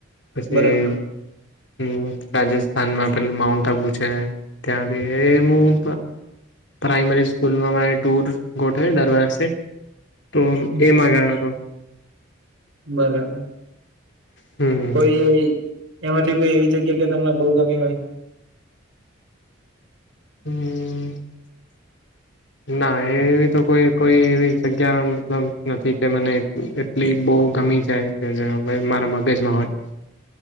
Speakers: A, on the left; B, on the right.
A: પછી
B: બરાબર
A: હમ રાજસ્થાનમાં પેલું માઉન્ટ આબુ છે, ત્યાં ભી એ હું પ્રાઈમરી સ્કૂલમાં મારે ટુર ગોઠવી દર વરસે, તો
B: હમ.
A: એ માગ હતો.
B: બરાબર,
A: હમ
B: કોઈ એમાંથી કોઈ એવી જગ્યા કે તમને બહુ ગમી હોય?
A: હમ. ના એવી તો કોઈ કોઈ એવી જગ્યા મતલબ નથી કે મને સ્લીપ બહુ ગમી જાય કે જેવે મારા મગજમાં હોય.